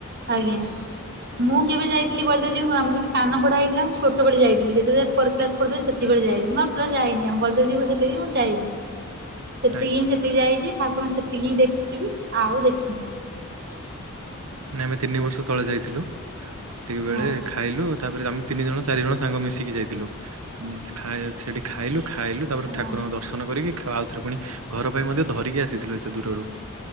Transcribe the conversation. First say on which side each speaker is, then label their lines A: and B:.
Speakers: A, on the right (about 50°); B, on the right (about 75°).
A: ଆଜ୍ଞା। ମୁଁ କେବେ ଯାଇଥିଲି ବଳଦେବଜୀଉ ଆମ ସେଠି କାନ ଫୋଡା ହେଇଥିଲା ଛୋଟବେଳେ ଯଇଥିଲି ଯେତେବେଳେ ଫୋର୍ କ୍ଲାସ୍ ପରୁଥିଲି ସେତିକିବେଳେ ଯାଇ <unintelligible> ମୁଁ ପରେ ଯାଇନି ଆଉ ବଳଦେବଜୀଉ ହେଲେ ବି ମୁଁ ଯାଇନି। ସେତିକି
B: ଆଜ୍ଞା
A: ହିଁ ସେତିକି ଯାଇଚ଼ି ଠାକୁରଙ୍କୁ ସେତିକି ହିଁ ଦେଖିଚିବି ଆଉ ଦେଖିନି।
B: ନା ଆମେ ତିନି ବର୍ଷ ତଳେ ଯାଇଥିଲୁ ତିକି ବେଳେ
A: ହଁ।
B: ଖାଇଲୁ ତାପରେ ଆମେ ତିନି ଜଣ, ଚାରି ଜଣ ସାଙ୍ଗ ମିଶିକି ଯାଇଥିଲୁ ତ ଖାଇ ସେଠି ଖାଇଲୁ ଖାଇଲୁ ତାପରେ
A: ହଁ
B: ଠାକୁରଙ୍କ ଦର୍ଶନ କରିକି ଖା ଆଉଥରେ ପୁଣି ଘର ପାଇଁ ମଧ୍ୟ ଧରିକି ଆସିଥିଲୁ ଏତେ ଦୂରରୁ।